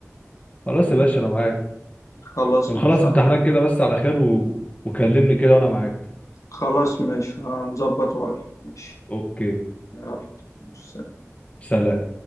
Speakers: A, on the left; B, on the left.
A: خلاص يا باشا انا معاك
B: خلاص
A: بنخلص
B: ماشي
A: امتحانات كده بس على خير و... وكلمني كده وانا معاك
B: خلاص ماشي هنظبط وأقول. ماشي
A: اوكي
B: يلا ماشي.
A: سلام